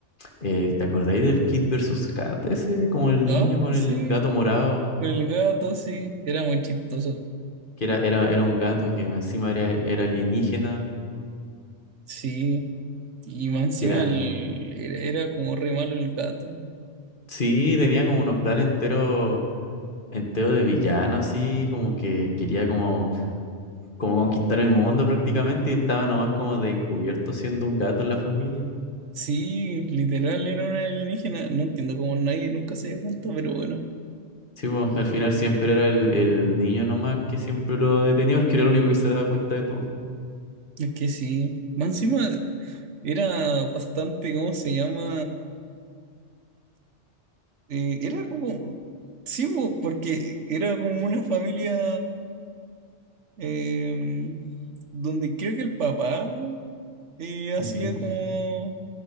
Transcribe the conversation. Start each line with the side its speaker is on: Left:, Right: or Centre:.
Left: eh, ¿te acordáis del Kid versus Kat ese? Como el
Right: Ah,
Left: niño con
Right: sí,
Left: el gato morado.
Right: el gato, sí, era muy chistoso.
Left: que era, era, era un gato que encima era, era alienígena,
Right: Sí, y más encima
Left: que era,
Right: el... era era como re malo el gato.
Left: sí, tenía como unos planes enteros, enteros de villano, así, como que quería como, como conquistar el mundo prácticamente y estaba nomás como de encubierto siendo un gato en la familia.
Right: Sí, literal era una alienígena. No entiendo cómo nadie nunca se dio cuenta, pero bueno,
Left: Sí, pues, al final siempre era el, el niño nomás que siempre lo detenía, porque era el único que se daba cuenta de todo.
Right: es que sí. Más encima era bastante, ¿cómo se llama? Eh, era como, sí, po, porque era como una familia eh, donde creo que el papá eh, hacía
Left: Ujú.
Right: como,